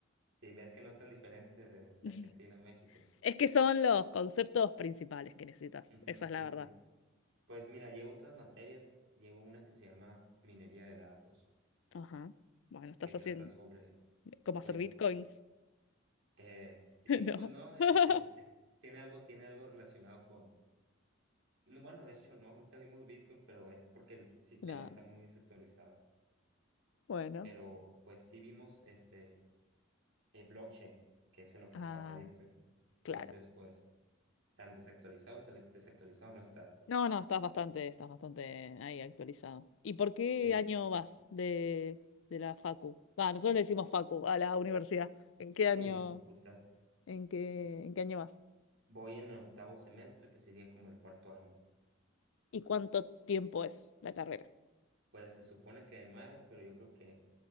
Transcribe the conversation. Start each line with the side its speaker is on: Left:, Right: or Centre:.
Right: sí, ves que no es tan diferente de
Left: <laughs>
Right: Argentina a México.
Left: Es que son los conceptos principales que necesitas.
Right: Ujú,
Left: Esa es la
Right: sí,
Left: verdad.
Right: sí. Pues mira, llevo otras materias. Llevo una que se llama minería de datos,
Left: Ajá. Bueno, estás
Right: que trata
Left: haciendo
Right: sobre,
Left: como
Right: pues,
Left: hacer bitcoins.
Right: eh, sí,
Left: <laughs> No.
Right: pues no, es,
Left: <laughs>
Right: es, es- tiene algo, tiene algo relacionado con, no, bueno, de hecho no, nunca vimos Bitcoin, pero es porque el sistema
Left: No.
Right: está muy desactualizado.
Left: Bueno,
Right: pero pues sí vimos este eh, blockchain, que es en lo que
Left: ah,
Right: se basa Bitcoin. Entonces,
Left: claro.
Right: pues tan desactualizado, se desactualizado no está.
Left: No, no, estás bastante, estás bastante ahí actualizado. ¿Y por qué
Right: Sí,
Left: año vas de, de la facu? Va, nosotros le decimos facu a la universidad. ¿En qué
Right: sí,
Left: año,
Right: en la facultad.
Left: en qué, en qué año vas?
Right: Voy en el octavo semestre, que sería como el cuarto año.
Left: ¿Y cuánto tiempo es la carrera?
Right: Pues se supone que de nueve, pero yo creo que